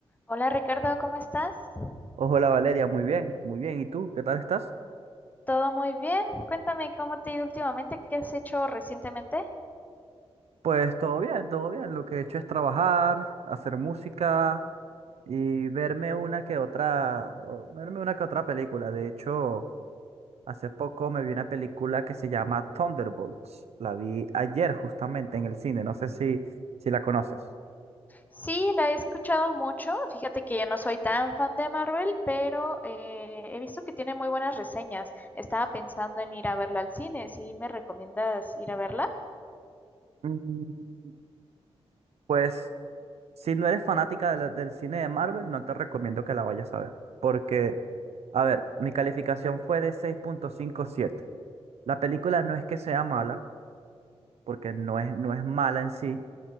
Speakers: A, on the left; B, on the right.
A: Hola Ricardo, ¿cómo estás?
B: Hola Valeria, muy bien, muy bien. ¿Y tú? ¿Qué tal estás?
A: ¿Todo muy bien? Cuéntame cómo te ha ido últimamente, qué has hecho recientemente.
B: Pues todo bien, todo bien. Lo que he hecho es trabajar, hacer música y verme una que otra, o verme una que otra película. De hecho, hace poco me vi una película que se llama Thunderbolts. La vi ayer justamente en el cine. No sé si, si la conoces.
A: Sí, la he escuchado mucho. Fíjate que yo no soy tan fan de Marvel, pero eh, he visto que tiene muy buenas reseñas. Estaba pensando en ir a verla al cine. ¿Sí me recomiendas ir a verla?
B: Mm, Pues si no eres fanática de la- del cine de Marvel, no te recomiendo que la vayas a ver. Porque, a ver, mi calificación fue de seis punto cincuenta y siete. La película no es que sea mala, porque no es, no es mala en sí,